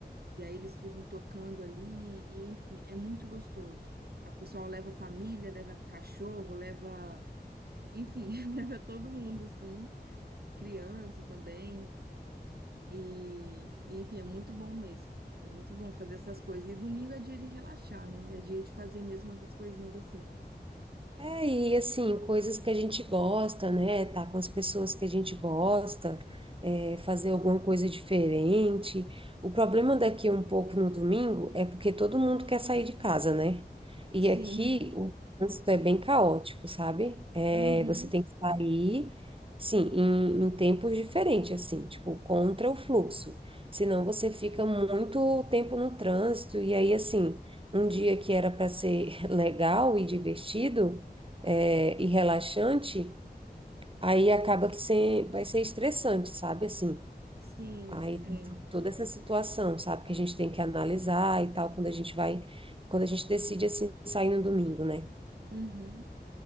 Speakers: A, on the right; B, on the right.
A: E aí eles ficam tocando ali, e enfim, é muito gostoso. A pessoa leva a família, leva cachorro, leva, enfim, <laughs> leva todo mundo assim, criança também. E, e, enfim, é muito bom mesmo. É muito bom fazer essas coisas. E domingo é dia de relaxar, né? É dia de fazer mesmo essas coisinhas assim.
B: É, e assim, coisas que a gente gosta, né? Tá com as pessoas que a gente gosta, é, fazer alguma coisa diferente. O problema daqui um pouco no domingo é porque todo mundo quer sair de casa, né? E
A: Sim.
B: aqui o trânsito é bem caótico, sabe? É,
A: Uhum.
B: você tem que sair, sim, em, em tempos diferentes, assim, tipo, contra o fluxo. Senão você fica muito tempo no trânsito, e aí, assim, um dia que era para ser <laughs> legal e divertido é, e relaxante, aí acaba que sem- vai ser estressante, sabe? Assim,
A: Sim,
B: aí tem
A: é.
B: to- toda essa situação, sabe? Que a gente tem que analisar e tal, quando a gente vai, quando a gente decide, assim, sair no domingo, né?
A: Uhum.